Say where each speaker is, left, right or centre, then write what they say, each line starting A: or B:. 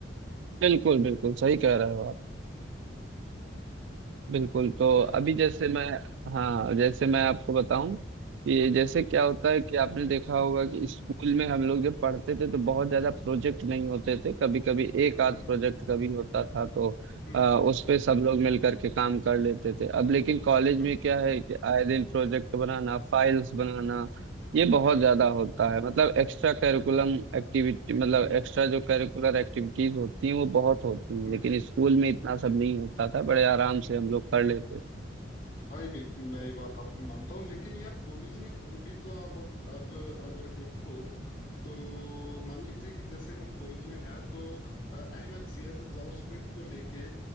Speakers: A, on the right (about 75°); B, on the left (about 85°).
A: बिल्कुल बिल्कुल सही कह रहे हो आप
B: हम्म,
A: बिल्कुल
B: तो
A: तो
B: यार
A: अभी जैसे मैं हाँ जैसे
B: हम्म
A: मैं आपको बताऊं कि जैसे
B: हम्म
A: क्या होता है कि आपने देखा होगा कि स्कूल में हम लोग जब पढ़ते थे तो बहुत ज्यादा प्रोजेक्ट नहीं होते थे कभी कभी एक
B: हम्म
A: आध
B: हम्म
A: प्रोजेक्ट कभी होता था तो
B: हम्म
A: आ, उस पे सब लोग मिल करके काम कर लेते थे अब लेकिन कॉलेज
B: हम्म
A: में क्या है कि आए दिन प्रोजेक्ट बनाना फाइल्स बनाना ये बहुत
B: हम्म
A: ज्यादा होता है मतलब एक्स्ट्रा करिकुलम एक्टिविटी मतलब
B: हम्म
A: एक्स्ट्रा जो करिकुलर एक्टिविटीज होती हैं वो बहुत होती हैं
B: हम्म
A: लेकिन स्कूल में इतना सब नहीं होता था बड़े आराम से हम लोग कर लेते थे
B: भाई बिल्कुल मैं ये बात आपकी मानता हूँ लेकिन यार कॉलेज में तो- भी तो आप अब, अब अगर देखो तो मान लीजिए कि जैसे हम कॉलेज में हैं तो एच एम एल सी एस जावास्क्रिप्ट को लेके